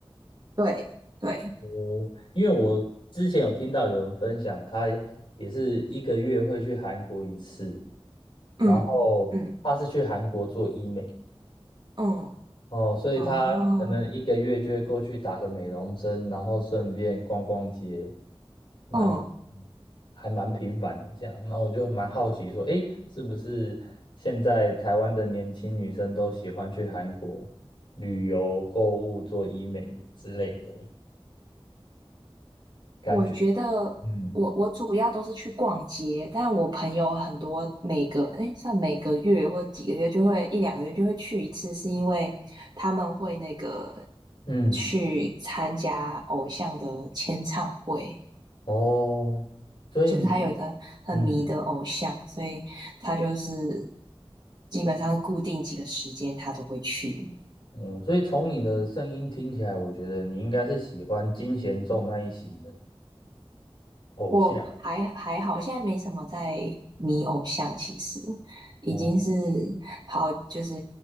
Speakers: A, on the right; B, on the left.
A: 对对，
B: 我因为我之前有听到有人分享，他也是一个月会去韩国一次，
A: 嗯嗯
B: 然后他是去韩国做医美，
A: 嗯，
B: 哦，所以他可能一个月就会过去打个美容针，
A: 哦，
B: 然后顺便逛逛街，然后
A: 嗯。
B: 还蛮频繁的这样。然后我就蛮好奇说，诶，是不是现在台湾的年轻女生都喜欢去韩国旅游、购物、做医美之类的感觉？
A: 我觉得我我主要都是去逛街，
B: 嗯
A: 但我朋友很多每个诶，算每个月或几个月就会一两个月就会去一次，是因为他们会那个
B: 嗯，
A: 去参加偶像的签唱会，
B: 哦，所以你
A: 就是他有一个很迷的偶像，
B: 嗯。
A: 所以他就是基本上固定几个时间他都会去。
B: 嗯，所以从你的声音听起来，我觉得你应该是喜欢金贤重那一型的偶像。
A: 我还还好，现在没什么在迷偶像，其实已经是
B: 哦。
A: 好，就是